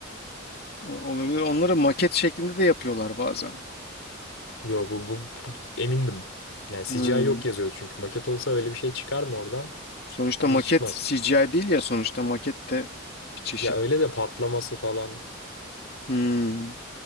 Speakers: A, on the left; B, on the left.
A: O- Olabilir. Onları maket şeklinde de yapıyorlar bazen.
B: Yo bu, bu, bu- emindim. Yani CGI
A: Hmm.
B: yok yazıyordu çünkü. Maket olsa öyle bir şey çıkar mı oradan?
A: Sonuçta
B: Bence
A: maket
B: çıkmaz.
A: CGI değil ya sonuçta maket de bir çeşit.
B: Ya öyle de patlaması falan
A: Hmm.